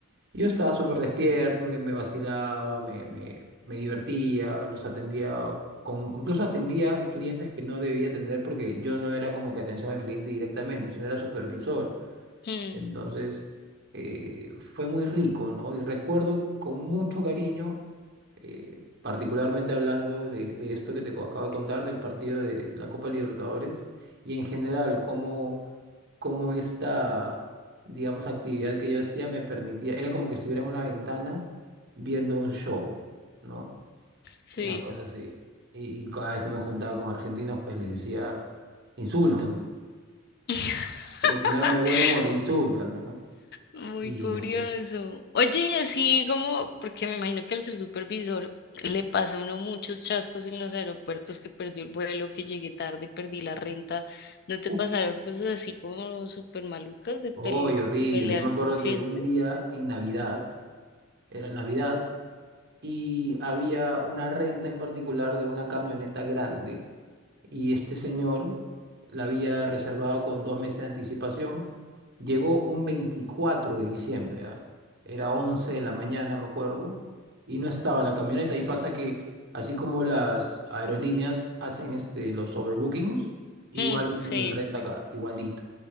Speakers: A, on the right (about 55°); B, on the left (about 50°).
A: Yo estaba súper despierto, me, me vacilaba, me, me, me divertía, los atendía, con, incluso atendía clientes que no debía atender porque yo no era como que atención al cliente directamente, sino era supervisor.
B: Mm,
A: Entonces, eh, fue muy rico, ¿no? Y recuerdo con mucho cariño eh, particularmente hablando de, de esto que te co- acabo de contar, del partido de la Copa Libertadores, y en general, cómo, cómo esta, digamos, actividad que yo hacía me permitía, era como que estuviera en una ventana viendo un show, ¿no?
B: sí.
A: Una cosa así. Y, y cada vez que me juntaba con argentinos, pues les decía, insúltame,
B: <laughs>
A: ¿no? Quiero ponerme de buen humor, insúltame, ¿no?
B: Muy
A: Y
B: curioso.
A: ellos, pues,
B: Oye, y así como, porque me imagino que al ser supervisor le pasa a uno muchos chascos en los aeropuertos, que perdió el vuelo, que llegué tarde, perdí la renta. ¿No te
A: ¡uf!
B: pasaron cosas así como súper malucas de
A: ¡Uy,
B: pele-
A: horrible!
B: co- pelear
A: Yo me acuerdo
B: con clientes?
A: que un día en Navidad, era Navidad, y había una renta en particular de una camioneta grande y este señor la había reservado con dos meses de anticipación. Llegó un 24 de diciembre, ¿ah? Era 11 de la mañana, me acuerdo, y no estaba la camioneta y pasa que así como las aerolíneas hacen este, los overbookings, igual
B: Mm,
A: es
B: sí.
A: en el rentacar, igualito.